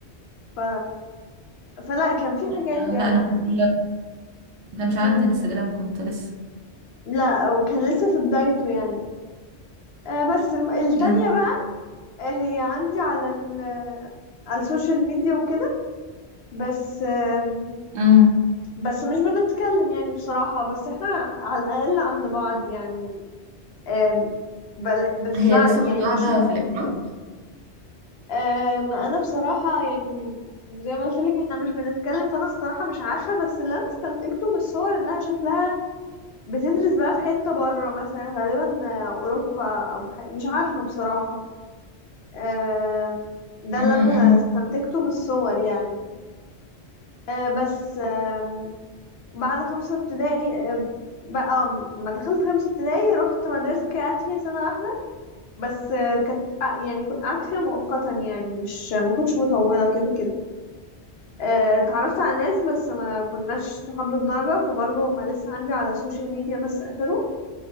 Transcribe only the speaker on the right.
لا
انا كنت ما كانش عندي
انستجرام كنت لسه
يعني
امم
هي لسه
برضو
قاعده في الامارات
امم
امم